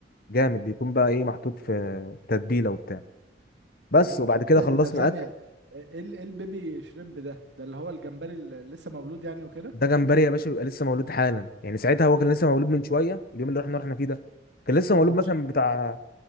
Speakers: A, on the left; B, on the right.
A: جامد بيكون بقى ايه محطوط في في تتبيلة وبتاع بس
B: امم
A: وبعد
B: إيه
A: كده
B: ده؟
A: خلصنا
B: طب ثانيه
A: اكل
B: ايه ال- ايه البيبي شريمب ده ده اللي هو الجمبري اللي لسه مولود يعني وكده
A: ده جمبري يا باشا بيبقى لسه مولود حالا يعني ساعتها هو كان لسه مولود من شويه اليوم اللي احنا رحنا فيه ده كان لسه
B: طب
A: مولود
B: هو
A: مثلا
B: مش
A: بتاع